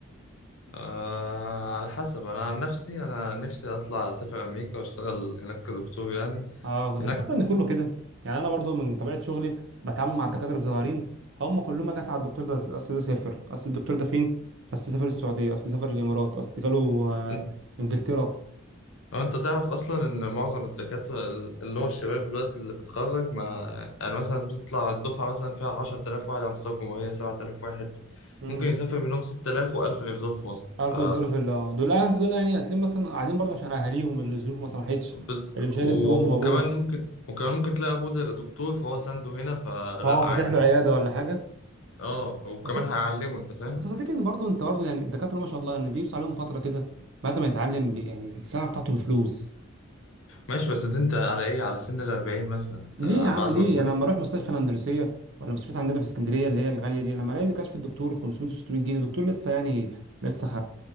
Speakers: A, on the left (about 75°); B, on the right (about 65°).
A: آه على حسب أنا عن نفسي أنا نفسي أطلع أسافر أمريكا وأشتغل هناك كدكتور يعني
B: اه ده
A: هناك
B: تصدق ان كله كده يعني انا برضو من طبيعه شغلي بتعامل مع الدكاتره الصغيرين هم كلهم اجي اسال على الدكتور ده اصل ده سافر اصل الدكتور ده فين اصل سافر السعوديه اصل سافر الامارات اصل جاله آه
A: أنت
B: انجلترا
A: أنت تعرف أصلا إن معظم الدكاترة اللي هو الشباب دلوقتي اللي بتخرج مع يعني مثلا بتطلع الدفعة مثلا فيها 10000 واحد على مستوى الجمهورية 7000 واحد
B: امم
A: ممكن يسافر منهم 6000 و1000 اللي يفضلوا في مصر
B: عارف
A: ف
B: يفضلوا في ال- دول الاهل دول يعني هتلاقيهم مثلا قاعدين برضه عشان اهاليهم اللي الظروف ما سمحتش
A: بز...
B: اللي مش
A: و...
B: قادر يسيب امه وابوه
A: وكمان ممكن وكمان ممكن تلاقي أبوه ده دكتور فهو سنده هنا فلا
B: اه
A: عادي
B: فاتح له عياده ولا حاجه
A: اه وكمان
B: بس
A: هيعلمه أنت فاهم
B: بس صدقني ان برضه انت برضه يعني الدكاتره ما شاء الله يعني بيبص عليهم فتره كده بعد ما يتعلم بي- يعني الساعه بتاعته بفلوس
A: ماشي بس دي انت على ايه على سن الأربعين مثلا انت
B: ليه يا عم
A: بعد
B: ليه
A: ما تكون
B: انا لما اروح مستشفى الاندلسيه ولا مستشفى عندنا في اسكندريه اللي هي الغاليه دي لما الاقي كشف الدكتور 500 600 جنيه دكتور لسه يعني لسه خ...